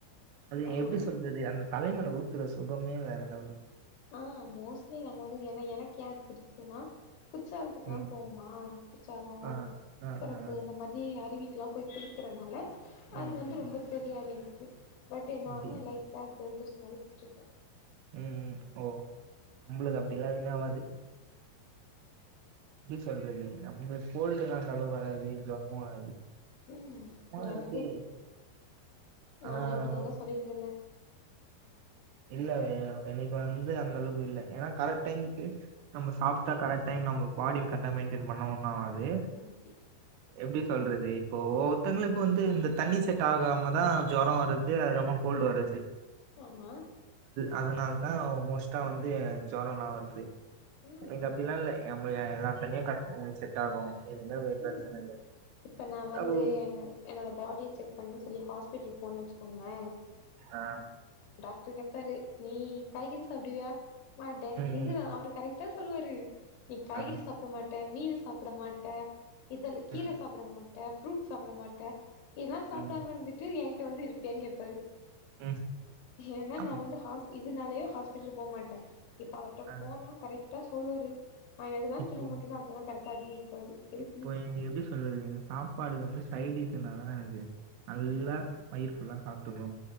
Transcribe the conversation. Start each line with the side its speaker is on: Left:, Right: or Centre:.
Right: அது
Left: ஆஹா
Right: எப்டி சொல்றது அந்த தலைமேல ஊத்தற சுகமே வேற லெவல்
Left: ஆஹ் மோஸ்ட்லி நாங்க வந்து என்னா எனக்கு ஏன் அது புடிக்குனா குச்சாலத்துக்கெல்லா
Right: ம்
Left: போமா குச்சாலோ
Right: ஆ
Left: திற்பரப்பு
Right: ஆ ஆ ஆ
Left: இந்த மாதி அருவி குளிக்கறனால அது
Right: ம்
Left: வந்து
Right: ம்
Left: ரொம்ப தெரியாது எனக்கு பட் என்னாகும்
Right: அப்டியா
Left: லைட்டா ஜல்தோஷோ மாரி புச்சுக்கோ
Right: ம் ம் ஓ நம்மளுக்கு அப்டில்லா எதுமே ஆவாது எப்டி சொல்றது நம்ளுக் கோல்டுல்லா அந்தளவுக் வராது ஜொரமு வராது
Left: உம்
Right: சும்மா
Left: எனக்கு
Right: எப்டி ஆனா
Left: நானு இப்டி தாங்க சொல்லிட்டு இருந்தே
Right: இல்ல எனக்கு வந்து அந்த அளவுக்கு இல்ல ஏன்னா கரெக்ட் டைமுக்கு நம்ம சாப்ட்டா கரெக்ட் டைம் நம்ம பாடி கரெட்டா மெயின்டெயின் பண்ண ஒண்ணும் ஆவாது
Left: ம்
Right: எப்டி சொல்றது இப்போ ஒவ்வொத்தங்களுக்கு வந்து இந்த தண்ணி செட் ஆகாம தா ஜொரம் வருது அதுக்கப்றமா கோல்டு வரது
Left: ஆமா
Right: அதனால தான் மோஸ்ட்டா வந்து ஜொரோல்லா வருது
Left: ம்
Right: எனக்கு அப்டில்லா இல்ல எல்லா தண்ணியும் கர்ட் செட்டாகும் எதுமே ஒரு பிரச்சன
Left: ம்
Right: இல்ல
Left: இப்ப நா வந்து
Right: அது
Left: என்ன என்னோட பாடிய செக் பண்ணு சொல்லி ஹாஸ்பிட்ல போனே வச்சுக்கோங்களே
Right: ஆஹ்
Left: டாக்டர் கேப்பாரு நீ காய்கறி சாப்டுவியா மாட்டே
Right: ம்
Left: இது
Right: ம்
Left: அவரு கரெக் ட்டா சொல்லுவாரு நீ காய்கறி
Right: ஆ
Left: சாப்பிட மாட்ட மீனு சாப்பிட மாட்ட இதல கீரை
Right: ம்
Left: சாப்பிட மாட்ட ஃப்ரூட் சாப்பிட மாட்ட இதெல்லா சாப்பிடாம
Right: ம்
Left: இருந்துட்டு என்கிட்ட வந்து ட்டியான்னு கேப்பாரு
Right: ம்
Left: ஏன்னா
Right: ஆமா
Left: நா வந்து ஹாஸ் இதனாலயே ஹாஸ்பிட்டலு போ மாட்ட இப்ப அவர்ட்ட
Right: ஆ
Left: போனா கரெக்டா சொல்லுவாரு ந எதுல்லா
Right: இப்போ
Left: தின்னமாட்டேன்னோ அதெல்லா கரெக்டா அடுக்கி வைப்பாரு எதுக்கு
Right: இப்போ எனுக் எப்டி சொல்றது இந்த சாப்பாடுல வந்து சைடிஸ் இந்தாதா எனக்கு நல்லா வயிர்ஃபுல்லா சாப்ட்டு போவ